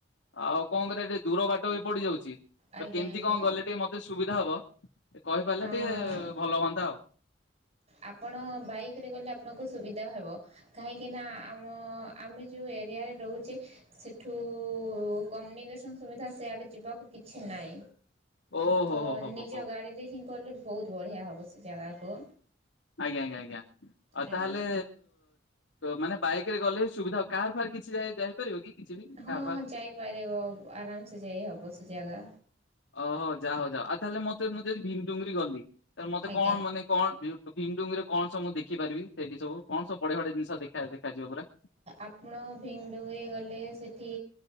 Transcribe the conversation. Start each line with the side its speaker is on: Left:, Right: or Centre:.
Left: ଆଉ କଣ କରିବା ଟିକେ ଦୂର ବାଟ ବି ପଡି ଯାଉଛି।
Right: ଆଜ୍ଞା
Left: ତ କେମିତି
Right: ଆଜ୍ଞା।
Left: କଣ ଗଲେ ଟିକେ ମତେ ସୁବିଧା ହବ। କହିପାରିଲେ
Right: ଅଁ
Left: ଟିକେ ଭଲ ହୁଅନ୍ତା ଆଉ।
Right: ଆପଣ ବାଇକରେ ଗଲେ ଆପଣଙ୍କୁ ସୁବିଧା ହେବ କାହିଁକି ନା ଆମ ଆମେ ଯୋଉ ଏରିଆରେ ରହୁଛେ ସେଠୁ କମନିକେସନ୍ ସୁବିଧା ସିଆଡ଼େ ଯିବାକୁ କିଛି ନାଇଁ।
Left: ଓହୋ
Right: ତ
Left: ହୋ ହୋ
Right: ନିଜ
Left: ହୋ ହୋ
Right: ଗାଡି ରେ ହିଁ। ଗଲେ ବହୁତ ବଢ଼ିଆ ହବ ସେ ଜାଗାକୁ।
Left: ଆଜ୍ଞା ଆଜ୍ଞା ଆଜ୍ଞା ଆଉ
Right: ଆଜ୍ଞା।
Left: ତାହେଲେ ମାନେ। ବାଇକରେ ଗଲେ ସୁବିଧା ହ କାର୍ ଫାର୍ କିଛି ଯାଇପାରିବ କି? କିଛି ବି କାର
Right: ହଁଁ
Left: ଫାର?
Right: ଯାଇପାରିବ ଆରାମ ସେ ଯାଇ ହବ ସେ ଜାଗା।
Left: ଓହୋ ଯାହଉ ଯା ଆଉ ତାହେଲେ ମତେ ମୁଁ ଯଦି ଭିମ ଟୁଙ୍ଗରି ଗଲି ମତେ
Right: ଆଜ୍ଞା।
Left: କଣ ମାନେ କଣ ଭିମଡୁଙ୍ଗରେ କଣ ସବଁ ଦେଖିପାରିବି ସେଠି ସବ କଣ ସୁ ବଢଆ ବଢିଆ ଜିନିଷ ଦେଖ ଦେଖାଯିବ ପୁରା?
Right: ଆପଣ ଭିମଡୁଙ୍ଗରି ଗଲେ ସେଠି